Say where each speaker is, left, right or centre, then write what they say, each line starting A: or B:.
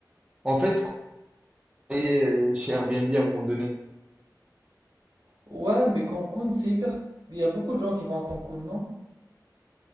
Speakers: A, on the right; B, on the right.
A: En fait, quand on est chez Airbnb à un moment donné,
B: Ouais, mais Cancun, c'est hyper. Il y a beaucoup de gens qui vont à Cancun, non?